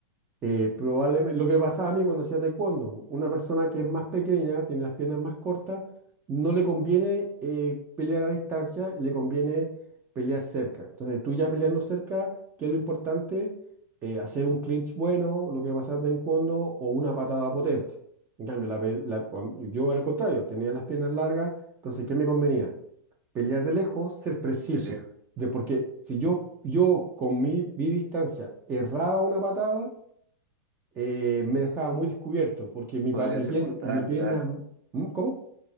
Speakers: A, on the right; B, on the right.
A: eh, probablemente, lo que pasaba a mí cuando hacía taekwondo, una persona que es más pequeña, tiene las piernas más cortas, no le conviene eh, pelear a distancia y le conviene pelear cerca. Entonces, tú ya peleando cerca, ¿qué es lo importante? Eh, hacer un clinch bueno, lo que pasaba en taekwondo, o una patada potente. En cambio, la pe- la- cuan- yo era al contrario, tenía las piernas largas, entonces, ¿qué me convenía? Pelear de lejos, ser preciso.
B: De lejos,
A: De, porque si yo, yo con mi, mi distancia erraba una patada, eh, me dejaba muy descubierto, porque mi,
B: podría
A: pa- mi,
B: ser
A: pierna,
B: mortal,
A: mi pierna...
B: claro.
A: ¿Mm? ¿Cómo?